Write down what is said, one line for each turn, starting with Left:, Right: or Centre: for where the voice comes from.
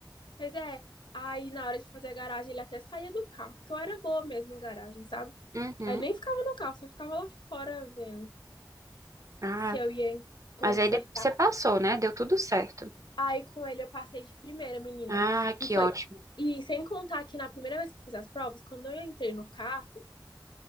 Left: pois é. Aí na hora de fazer a garagem, ele até saía do carro, porque eu era boa mesmo em garagem, sabe?
Right: Uhum.
Left: Aí nem ficava no carro, só ficava lá fora vendo
Right: Ah,
Left: se eu ia consertar.
Right: mas aí de- você passou, né? Deu tudo certo.
Left: Aí com ele eu passei de primeira, menina.
Right: Ah,
Left: E
Right: que
Left: foi.
Right: ótimo.
Left: E sem contar que na primeira vez que eu fiz as provas, quando eu entrei no carro,